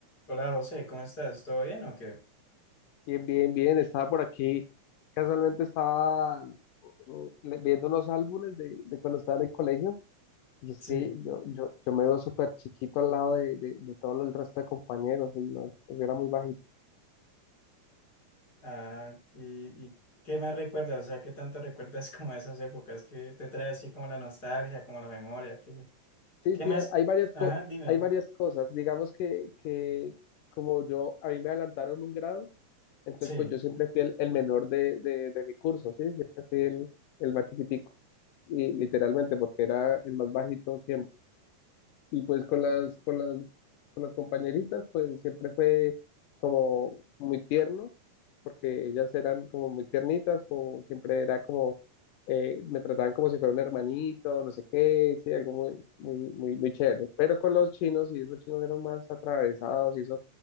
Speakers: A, on the left; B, on the left.
A: Hola José, ¿cómo estás? ¿Todo bien o qué?
B: Bien, bien, bien. Estaba por aquí. Casualmente estaba uh, uh, le- viendo unos álbumes de, de cuando estaba en el colegio. Y es
A: Sí,
B: que yo, yo, yo me veo súper chiquito al lado de, de, de todo el resto de compañeros. y no, yo era muy bajito.
A: Ah, y, y qué más recuerdas? O sea, ¿qué tanto <laughs> recuerdas como esas épocas que te trae así como la nostalgia, como la memoria? ¿Qué,
B: Sí,
A: qué
B: sí,
A: más?
B: hay, hay varias
A: Ajá,
B: co-
A: dime.
B: hay varias cosas. Digamos que, que como yo, a mí me adelantaron un grado, entonces
A: sí.
B: pues yo siempre fui el, el menor de, de, de mi curso, ¿sí? Siempre fui el, el más chiquitico. Y literalmente porque era el más bajito siempre. y pues con las, con las, con las compañeritas, pues siempre fue como muy tierno, porque ellas eran como muy tiernitas, como siempre era como, eh, me trataban como si fuera un hermanito, no sé qué, sí, algo muy, muy, muy, muy chévere. Pero con los chinos, y esos chinos eran más atravesados, y eso,